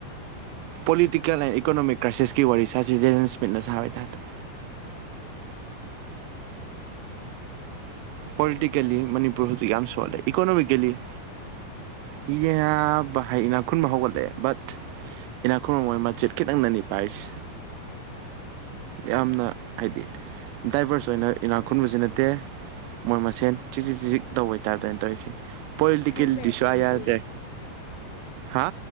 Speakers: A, on the right; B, on the left.
A: ꯄꯣꯂꯤꯇꯤꯀꯦꯜ ꯑꯦꯟ ꯏꯀꯣꯅꯣꯃꯤꯛ ꯀ꯭ꯔꯥꯏꯁꯤꯁꯀꯤ ꯋꯥꯔꯤ ꯁꯥꯁꯤ ꯖꯦꯟ ꯁꯃꯤꯠꯅ ꯁꯥꯕꯩ ꯇꯥꯏꯞꯇ ꯄꯣꯂꯤꯇꯤꯀꯦꯜꯂꯤ ꯃꯅꯤꯄꯨꯔ ꯍꯧꯖꯤꯛ ꯌꯥꯝ ꯁꯣꯜꯂꯦ ꯏꯀꯣꯅꯣꯃꯤꯀꯦꯜꯂꯤꯕ ꯌꯥ ꯕ ꯍꯥꯏ ꯏꯅꯥꯛ ꯈꯨꯟꯕ ꯍꯧꯒꯠꯂꯛꯑꯦ ꯕꯠ ꯏꯅꯥꯛ ꯈꯨꯨꯟꯕ ꯃꫭꯏ ꯃꯆꯦꯠ ꯈꯤꯇꯪ ꯗꯅꯤ ꯄꯥꯏꯁꯦ ꯌꯥꯝꯅ ꯍꯥꯏꯗꯤ ꯗꯥꯏꯚꯔꯁ ꯑꯣꯏꯅ ꯏꯅꯥꯛ ꯈꯨꯟꯕꯁꯤ ꯅꯠꯇꯦ ꯃꯣꯏ ꯃꯁꯦꯟ ꯆꯤꯖꯤꯛ ꯆꯤꯖꯤꯛ ꯇꯧꯕꯩ ꯍꯥꯏꯞ ꯇꯅꯤ ꯇꯧꯔꯤꯁꯤ ꯄꯣꯂꯤꯇꯤꯀꯦꯜꯗꯤ
B: ꯊꯝꯃꯦ
A: ꯁꯨꯨ
B: ꯄꯨꯡ
A: ꯌꯥ ꯌꯥꯗ꯭ꯔꯦ
B: ꯁꯨꯔꯦ
A: ꯍꯥ